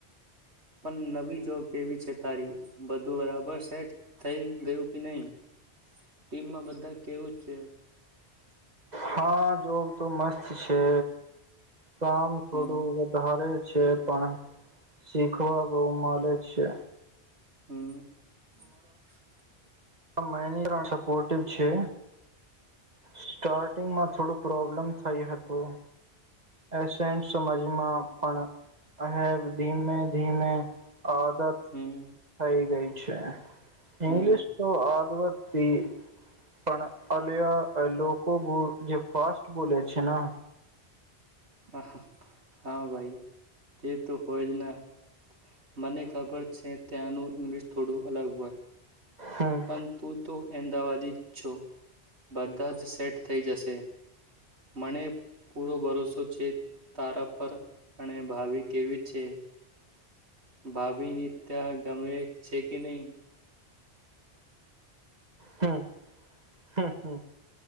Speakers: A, on the right; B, on the right.
A: પણ નવી જોબ કેવી છે તારી બધું બરાબર સે થઈ ગયું નહી ટીમમાં બધા કેવું જ છે
B: હા જોબ તો મસ્ત છે કામ થોડું
A: હમ
B: વધારે છે છે પણ શીખવા બહ મળે છે
A: હમ હમ
B: આ મે સપોર્ટિવ છે સ્ટાર્ટ થોડું પ્રોબ્લેમ થઈ હતું. એન્ટ સમજમાં પણહેબ ધીમે ધીમે આદત
A: હમ
B: થઈ ગઈ. અચ્ છે.
A: હમ
B: ઇંગ્લિશ આદમતી પણ અલયા લોકો બુ જે ફાસ્ટ બોલે છે ને
A: હા હા ભાઈ તે તો હોય જ ના મને ખબર છે. ત્યાનું ઇંગ્લિશ થોડું અલગ હોય
B: હમ
A: પણ તું તો અમદાવાદ પ છો બધા જ સેટ થઈ જશે મને પૂરો ભરોસો છે તારા પર અને ભાભિ કેવી છે ભાભી ની ત્યાં ગમે છે કે નહી
B: હમ હમ હમ